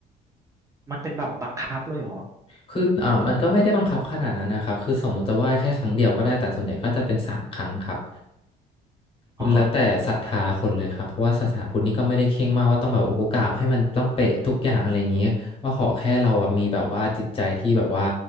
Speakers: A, on the right; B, on the left.
A: มันเป็นแบบบังคับเลยเหรอ
B: คืออ่ามันก็ไม่ได้บังคับขนาดนั้นนะครับคือสมมติจะไหว้แค่ครั้งเดียวก็ได้แต่ส่วนใหญ่ก็จะเป็นสามครั้งครับ
A: อ๋อ
B: มันแล้วแต่ศรัทธาคนเลยครับเพราะว่าศาสนาพุทธนี่ก็ไม่ได้เคร่งมากว่าต้องแบบโอโหกราบให้มันต้องเป๊ะทุกอย่างอะไรอย่างเงี้ยว่าขอแค่เราอะมีแบบว่าจิตใจที่แบบว่า